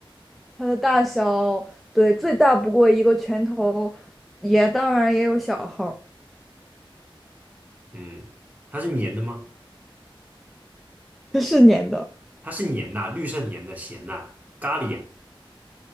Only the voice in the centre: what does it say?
它的大小，对，最大不过一个拳头，也当然也有小号儿
它是粘的。